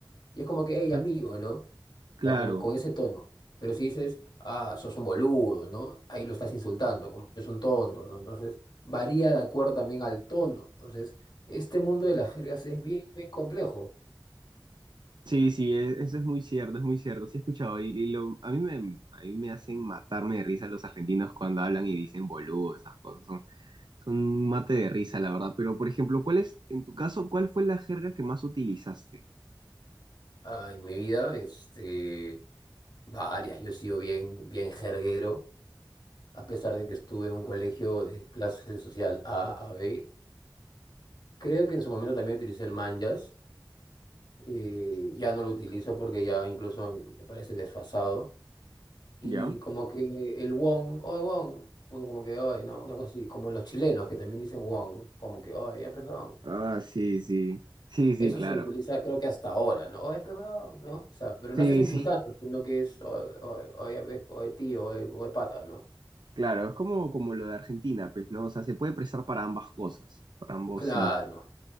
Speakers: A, on the left; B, on the right.
A: Y es como que,
B: Ujú.
A: hey, amigo, ¿no? O
B: Claro.
A: sea, pon- con, ese tono. Pero si dices, ah, sos un boludo, ¿no? Ahí lo estás insultando, como que es un tonto, ¿no? Entonces, varía de acuerdo también al tono. Entonces, este mundo de las jergas es bien, bien complejo.
B: Sí, sí, e- eso es muy cierto, es muy cierto. Sí he escuchado y, y lo, a mí me, a mí me hacen matarme de risa los argentinos cuando hablan y dicen boludo, esas cosas. Son, son un mate de risa, la verdad. Pero, por ejemplo, ¿cuál es, en tu caso, cuál fue la jerga que más utilizaste?
A: Ah, en mi vida, este, varias. Yo he sido bien, bien jerguero, a pesar de que estuve en un colegio de clase social A a B. Creo que en su momento también utilicé el Manjas. eh, ya no lo utilizo porque ya incluso me parece desfasado. Y
B: ¿Ya?
A: como que el won oye Wong, o como que oye, ¿no? Una cosa así, como los chilenos que también dicen won como que oye, ya pues, Wong.
B: Ah, sí, sí. Sí, sí,
A: Eso
B: claro.
A: se utiliza creo que hasta ahora, ¿no? Oye, pues, weón, ¿no? O sea, pero no
B: Sí,
A: estás insultando,
B: sí,
A: sino que es oye, oye, oye, ve- oye, tío, oye, oye, pata, ¿no?
B: claro. Es como, como lo de Argentina, pues, ¿no? O sea, se puede prestar para ambas cosas, para ambos
A: Claro,
B: significados.